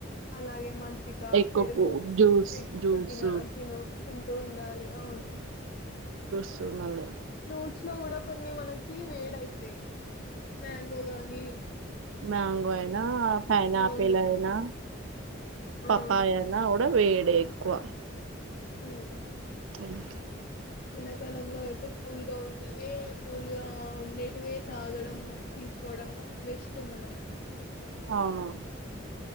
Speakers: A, on the left (about 45°); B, on the right (about 75°).
A: అలాగే మజ్జిక
B: ఎక్కువ
A: పెరుగు
B: కూ- జ్యూస్
A: ఎక్కువ
B: జ్యూస్
A: తిన తిను తింటూ ఉండాలి అవును
B: సూర్ మలే
A: ఫ్రూట్స్ లో కూడా కొన్ని మనకి వేడ అయితాయి మ్యాంగో గానీ
B: మంగోయనా పైనాపిల్
A: అవును
B: అయినా పపాయన్న
A: అవును
B: కూడా వేడే ఎక్కువ
A: మ్మ్మ్మ్
B: మ్మ్మ్మ్
A: ఎండాకల్లంలో అయితే కూల్గా ఉండవి కూల్గా ఉండేటివే తాగడం పొద్దెం బెస్ట్ మనం
B: అవును